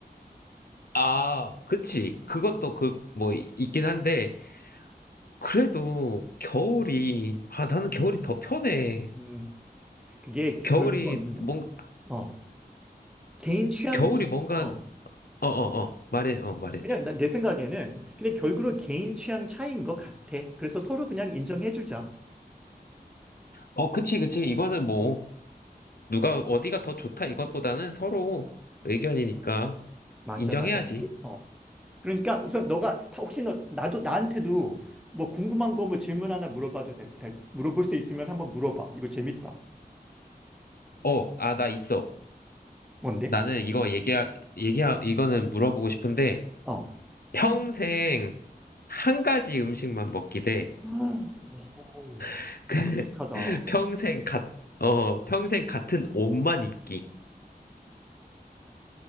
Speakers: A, on the left; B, in the centre.
A: 아, 그치. 그것도 그 뭐 이- 있긴 한데 그래도 겨울이 아 나는 겨울이 더 편해.
B: 음, 그게
A: 겨울이
B: 결국은,
A: 뭔가
B: 어, 개인 취향,
A: 겨울이 뭔가,
B: 어,
A: 어, 어, 어, 말해, 어, 말해줘.
B: 그냥 나, 내 생각에는 그냥 결국은 개인 취향 차이인 것 같아. 그래서 서로 그냥 인정해주자.
A: 어, 그치, 그치. 이거는 뭐, 누가 어디가 더 좋다 이것보다는 서로 의견이니까
B: 맞아,
A: 인정해야지.
B: 맞아. 그, 어. 그러니까 우선 너가 다 혹시 너 나도 나한테도 뭐 궁금한 거 뭐 질문 하나 물어봐도 될, 될- 물어볼 수 있으면 한번 물어봐. 이거 재밌다.
A: 어, 아, 나 있어.
B: 뭔데?
A: 나는 이거 얘기하, 얘기하, 이거는 물어보고 싶은데
B: 어.
A: 평생 한 가지 음식만 먹기 대
B: <gasps> 오.
A: <laughs> 그,
B: 끔찍하다.
A: 평생 같, 어, 평생 같은 옷만 입기.